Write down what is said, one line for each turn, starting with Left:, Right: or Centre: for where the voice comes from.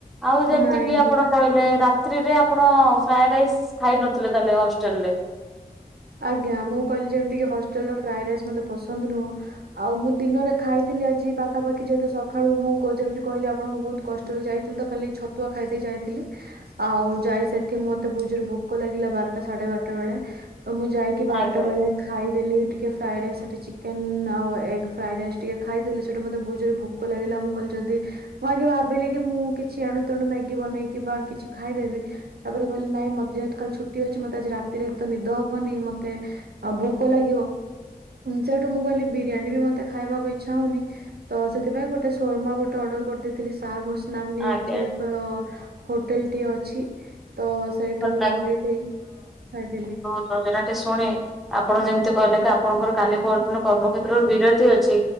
Centre: ଆଉ ଯେମିତି
Right: ନାଇଁ
Centre: କିି ଆପଣ କହିଲେ ରାତିିରେ ଆପଣ ଫ୍ରାଏ ରାଇସ୍ ଖାଇ ନଥିଲେ ତାହେଲେ ହଷ୍ଟେଲ ରେ।
Right: ଆଜ୍ଞା ମୁଁ କହିଲି ଯେମିତିକି ହଷ୍ଟେଲ ର ଫ୍ରାଏ ରାଇସ୍ ମତେ ପସନ୍ଦ ନୁହଁ। ଆଉ ମୁଁ ଦିନରେ ଖାଇଥିଲି ଆଜି ପାଖାପଖି ଯେହେତୁ ସକାଳୁ ମୁଁ ଯେମିତି କହିଲି ଆପଣଙ୍କୁ ବହୁତ କଷ୍ ଯାଇଥିଲ ତ ଖାଲି ଛତୁଆ ଖାଇକି ଯାଇଥିଲି। ଆଉ ଯାଇ ସେଠି ମତେ ବହୁ ଜୋରେ ଭୋକ ଲାଗିଲା ବାରଟା ସାଢେ ବାରଟା ବେଳେ। ତ ମୁଁ ଯାଇକି ବାରଟା
Centre: ଆଜ୍ଞା ଆଜ୍ଞା
Right: ବେଳେ ଖାଇଦେଲି ଟିକେ ଫ୍ରାଇଡ ରାଇସ୍ ସେଠି ଚିକେନ ଆଉ ଏଗ୍ ଫ୍ରାଇଡ ରାଇସ୍ ଟିକେ ଖାଇଦେଲି ସେଠି ମୋତେ ବହୁ ଜୋରେ ଭୋ କ ଲାଗିଲା ମୁଁ କହିଲି ଯଦି ମୁଁ ଆଜି ଭାବିଲି କି ମୁଁ କିଛି ଏଣୁ ତେଣୁ ମ୍ୟାଗି ବନେଇକି ବା କିଛି ଖାଇଦେବି। ତାପରେ କହିଲି ନାଇଁ ମ ଯେହେତୁ କାଲି ଛୁଟି ଅଛି ମତେ ଆଜି ରାତିରେ ଏ ନିଦ ହବନି ମତେ ଆଉ ଭୋକ ଲାଗିବ। ସେଠୁ ମୁଁ କହିଲି ବିରିୟାନୀ ବି ମତେ ଖାଇବାକୁ ଇଚ୍ଛା ହଉନି। ତ ସେଥିପାଇଁ ଗୋଟେ ସୋର୍ମା ଗୋଟେ ଅର୍ଡର କରିଦେଇଥିଲି ସା ଘୋଷ। ନାମନି
Centre: ଆଜ୍ଞା
Right: ଏଇଠି ଏକ ହୋଟେଲ ଟି ଅଛି। ତ ସେଇଠୁ
Centre: ଭଲ
Right: ମୁଁ ମଗେଇ ଦେଈ ଖାଇଥିଲି।
Centre: <unintelligible> ଶୁଣେ ଆପଣ ଯେମିତି କହିଲେ କି ଆପଣଙ୍କର କାଲି ପରଦିନ କର୍ମ କ୍ଷେତ୍ର ରେ ବିରତି ଅଛି।